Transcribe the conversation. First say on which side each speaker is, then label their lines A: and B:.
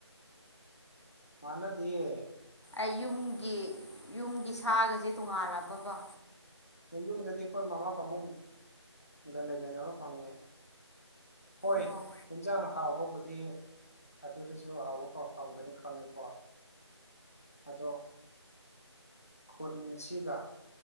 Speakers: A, on the left (about 30°); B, on the left (about 70°).
A: ꯃꯥꯅꯗꯤꯌꯦ
B: ꯑꯩ ꯌꯨꯝꯒꯤ ꯌꯨꯝꯒꯤ ꯁꯥꯒꯁꯦ ꯇꯣꯡꯉꯥꯜꯂꯕꯕ
A: ꯌꯨꯝꯗꯗꯤ ꯑꯩꯈꯣꯏ ꯃꯃꯥ ꯄꯥꯕꯨꯡꯒ ꯂꯩꯃꯤ ꯑꯃ ꯐꯪꯉꯦ ꯍꯣꯏ
B: ꯑꯣ
A: ꯌꯦꯟꯁꯥꯡ ꯍꯥꯎꯕ ꯃꯗꯤ ꯑꯗꯨꯗꯁꯨ ꯑꯍꯥꯎꯕ ꯐꯥꯎ ꯐꯪꯒꯅꯤ ꯈꯪꯉꯤꯀꯣ ꯑꯗꯣ ꯈꯨꯟꯁꯤꯒ